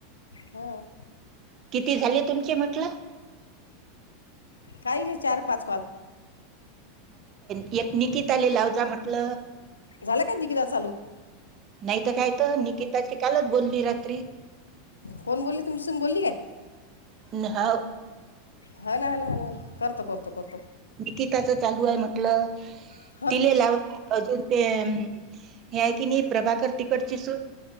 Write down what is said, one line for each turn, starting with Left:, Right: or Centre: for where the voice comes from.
Left: हो
Right: किती झाले तुमचे म्हटलं
Left: काही नाही चार पाच कल
Right: एकमिकीतत आले लावजा म्हटल
Left: झाला का जिकिदा चालू
Right: नाहीत कायत निकिताज की कालच बोलली रात्री
Left: कोण बोलली तुमच्यासून बोलली काय
Right: न- हो
Left: हा ना हा ना ह ना हणा करतो करतो कोतो
Right: कीताचं चालू आहे म्हटलं
Left: अस
Right: तिले लावा अजून ते हे आहे की नाही प्रभाकर तिकडची सुू